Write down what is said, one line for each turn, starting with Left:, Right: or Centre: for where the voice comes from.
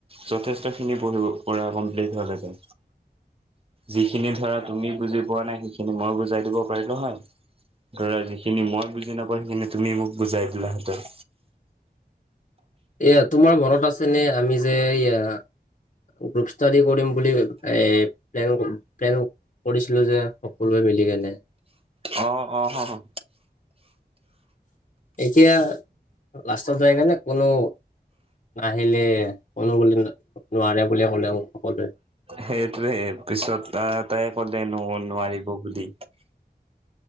Right: যথেষ্ট খিনি পঢ়িব পৰা কমপ্লিট হ'লে হেতেন। যিখিনি ধৰা তুমি বুজি পোৱা নাই সেইখিনি মই বুজাই দিব পাৰিলো হয়। ধৰা যিখিনি মই বুজি নাপাওঁ সেইখিনি তুমি মোক বুজাই দিলাহেঁতেন।
Left: এয়া তোমাৰ মনত আছে নে ল, আমি যে এয়া গ্ৰুপ ষ্টাডি কৰিম বুলি। এ প্লেন প্লেন কৰিছিলো যে সকলোৱে মিলি কেনে?
Right: অ', অ', অ'।
Left: এতিয়া লাষ্টৰ যায় কেনে কোনো নাহিলে কোনো বো নোৱাৰে বুলিয়ে ক'লেও সকলোৱে।
Right: সেইটোৱে পিছত তাই ক'লে ন' নোৱাৰিব বুলি।